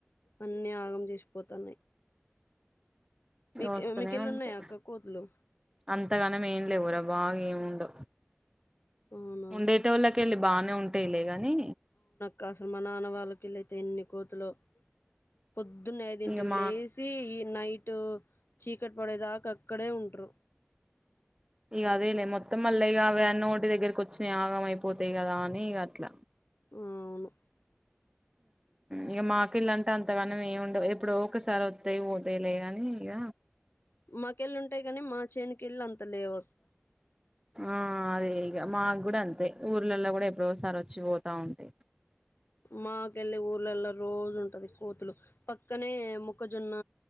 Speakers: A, on the left; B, on the right.
A: అన్ని ఆగం చేసిపోతున్నాయి మీక్
B: వస్తనే
A: మీకెళ్ళి
B: ఉంటాయ్
A: ఉన్నాయా అక్క కోతులు
B: అంతగానం ఏం లేవుర బాగా ఏమి ఉండవు
A: అవునా
B: ఉండేటోళ్ళకేలె బానే ఉంటాయిలే గాని
A: కసలు మా నాన్న వాళ్ళకిళ్ళైతే ఎన్ని కోతులో పొద్దున్నే ఐదింటికి
B: ఇక మా
A: లేసి ఈ నైటూ చీకటి పడే దాకా అక్కడే ఉంట్రు
B: ఇక అదేలే మొత్తం మళ్ళ ఇగ అవన్నీ ఓటే దగ్గరకి వచ్చిన ఆగంమయిపోతాయి గదా అని ఇగ అట్ల
A: అవును
B: ఇక మాకిల్లంటే అంతవన మేమి ఉండవు ఎప్పుడు ఒకసారి వత్తాయ్ పోతాయ్ లే గాని ఇగ
A: మాకెళ్ళ ఉంటాయ్ గనీ మా చేనకెళ్ళ అంత లేవు
B: ఆ అదే ఇగ మా మాగ్గుడ అంతే ఊర్లలో గుడా ఎప్పుడోసారి వచ్చి పోతా ఉంటాయ్
A: మాకెళ్ళే ఊర్లల్లో రోజు ఉంటది కోతులు పక్కనే ము ముక్కజొన్న